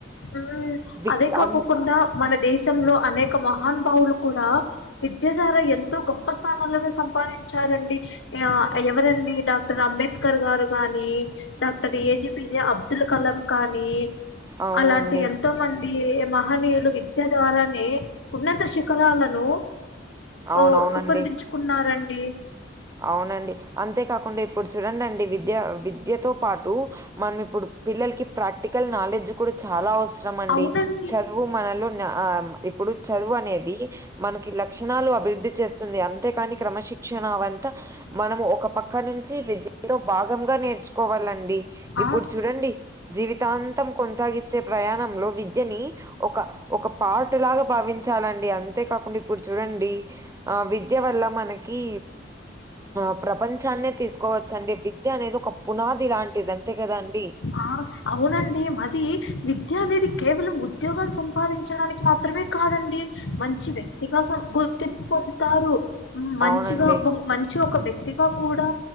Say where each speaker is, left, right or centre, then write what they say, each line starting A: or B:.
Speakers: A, on the left; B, on the right.
A: హ్మ్
B: వి
A: అదే కాకోకుండా
B: అన్-
A: మన దేశంలో అనేక మహానబావులు కూడా విద్యాధార ఎంతో గొప్ప స్థానాలనే సంపాదించారండి ఆ ఎవరండి డాక్టర్ అంబేద్కర్ గారు గాని డాక్టర్ ఏజిపిజే అబ్దుల్ కలాం కానీ
B: అవునండి
A: అలాంటి ఎంతో మంది మహనీయులు విద్య ద్వారానే ఉన్నత శిఖరాలను
B: అవునవునండి
A: ఓ రూపొందించుకున్నారండి
B: అవునండి అంతేకాకుండా ఇప్పుడు చూడండి అండి విద్య విద్యతో పాటు మనం ఇప్పుడు పిల్లలకి ప్రాక్టికల్ నాలెడ్జ్ కూడా చాలా అవసర్ అవసరమండి
A: అవునండి
B: చదువు మనలో ఆ ఇప్పుడు చదువు అనేది మనకి లక్షణాలు అభివృద్ధి చేస్తుంది అంతేకాని క్రమశిక్షణ అవ త మనం ఒక పక్క నుంచి విద్యతో భాగంగా నేర్చుకు కోవాలండి
A: ఆ
B: ఇప్పుడు చూడండి జీవితాంతం కొనసాగించే ప్రయాణంలో విద్యని ఒక ఒక పాటలాగా భావించాలండి అంతేకాకుండా ఇప్పుడు చూడండి ఆ విద్య వల్ల మనకి ఆ ప్రపంచాన్నే తీసుకోవచ్చండి విద్య అనేది ఒక పునాది లాంటిది అంతే కదా అండి
A: ఆ అవునండి అది విద్య అనేది కేవలం ఉద్యోగం సంపాదించడానికి మాత్రమే కాదండి మంచి వ్యక్తిగా గుర్తింపు పొందుతారు మ్మ్ మంచిగా
B: అవునండి.
A: మంచి ఒక వ్యక్తిగా కూడా